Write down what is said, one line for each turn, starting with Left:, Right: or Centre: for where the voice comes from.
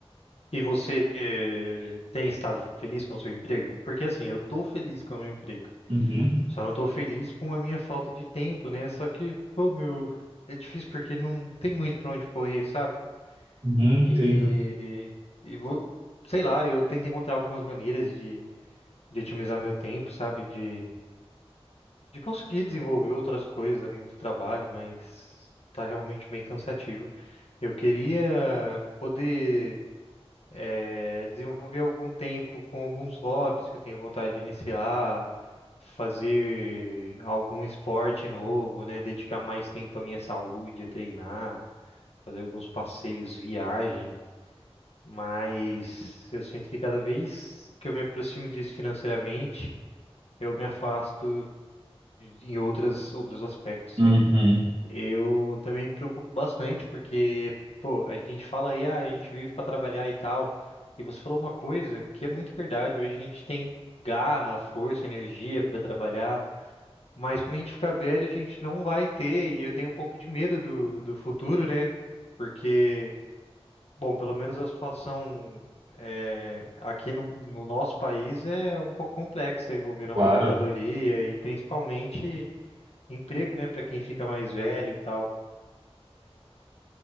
Left: E você eh, tem estado feliz com o seu emprego? Porque assim, eu tô feliz com o meu emprego.
Right: Uhum,
Left: Só não tô feliz com a minha falta de tempo, né? Só que, pô, meu, é difícil porque não tem muito pra onde correr, sabe?
Right: uhum,
Left: E,
Right: entendo.
Left: e vou, sei lá, eu tento encontrar algumas maneiras de, de otimizar meu tempo, sabe? De, de conseguir desenvolver outras coisas além do trabalho, mas tá realmente bem cansativo. Eu queria poder eh, desenvolver algum tempo com alguns hobbies que eu tenho vontade de iniciar, fazer algum esporte novo, né? Dedicar mais tempo à minha saúde, a treinar, fazer alguns passeios, viagem. Mas eu sinto que cada vez que eu me aproximo disso financeiramente, eu me afasto em outras, outros aspectos,
Right: Uhum,
Left: né? Eu também me preocupo bastante, porque, pô, a gente fala aí, ah, a gente vive para trabalhar e tal. E você falou uma coisa que é muito verdade. Hoje a gente tem garra, força, energia para trabalhar, mas quando a gente ficar velho, a gente não vai ter. E eu tenho um pouco de medo do, do futuro, né? Porque, bom, pelo menos a situação é, aqui no, no nosso país é um pouco complexa, envolvendo
Right: claro.
Left: aposentadoria e principalmente emprego, né, para quem fica mais velho e tal.